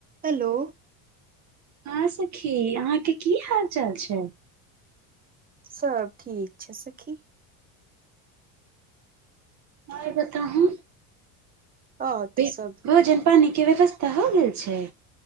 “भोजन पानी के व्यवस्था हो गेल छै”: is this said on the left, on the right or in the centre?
Right